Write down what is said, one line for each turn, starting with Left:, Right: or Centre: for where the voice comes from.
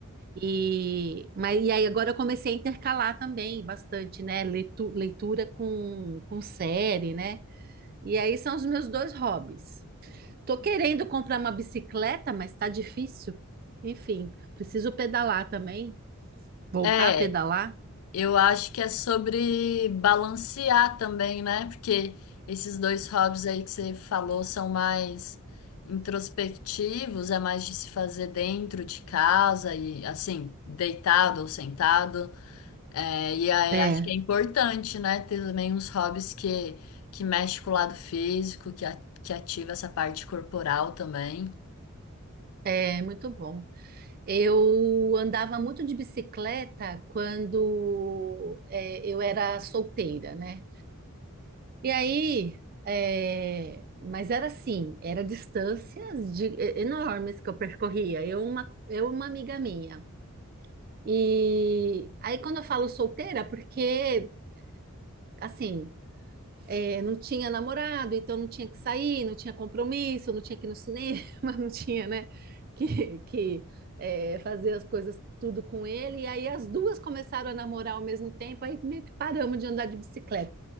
Right: E, mas, e aí agora eu comecei a intercalar também bastante, né? Leitu- leitura com, com série, né? E aí são os meus dois hobbies. Tô querendo comprar uma bicicleta, mas tá difícil. Enfim, preciso pedalar também, voltar
Left: É,
Right: a pedalar.
Left: Eu acho que é sobre balancear também, né? Porque esses dois hobbies aí que você falou são mais introspectivos, é mais de se fazer dentro de casa e assim, deitado ou sentado. É, e aí
Right: É,
Left: acho que é importante, né? Ter também uns hobbies que, que mexe com o lado físico, que, a- que ativa essa parte corporal também.
Right: é muito bom. Eu andava muito de bicicleta quando é, eu era solteira, né? E aí, é, mas era assim, era distâncias de- e- enormes que eu percorria. Eu uma, eu e uma amiga minha. E aí quando eu falo solteira, porque assim, é, não tinha namorado, então não tinha que sair, não tinha compromisso, não tinha que ir no cinema, <laughs> não tinha, né, que, que é, fazer as coisas tudo com ele. E aí as duas começaram a namorar ao mesmo tempo, aí meio que paramos de andar de bicicleta.